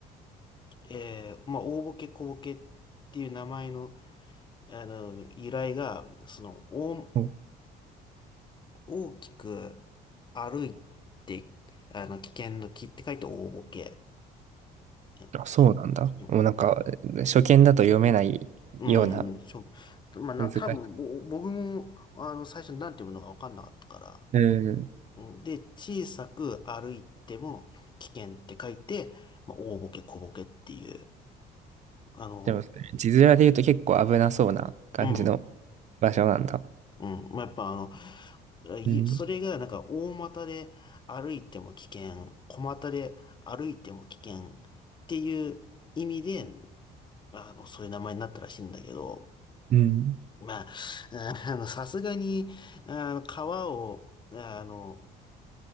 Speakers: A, on the left; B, on the right.
A: えーまあ、大ボケ小ボケっていう名前の、あの、由来が、その、大、
B: そう
A: 大きく歩いて、あの、危険の危って書いて大ボケ。うんきう
B: あ、そうなんだ。もうなんか、初見だと読めないような
A: ん、うん、しょ、まあ、な、
B: 難しい。
A: 多分、ぼ僕も、あの、最初なんて読むのか分かんなかったから。
B: うん。
A: うんで、小さく歩いても危険って書いて、まあ、大ボケ小ボケっていう。あの、
B: でも、字面で言うと結構危なそうな感じの
A: うん。
B: 場所なんだ。
A: うん。まあ、やっぱあの、いそれがなんか大股で歩いても危険、
B: うん。
A: 小股で歩いても危険っていう意味で、あの、そういう名前になったらしいんだけど、
B: うん。
A: まあ、<laughs> あの、さすがに、あの、川を、あの、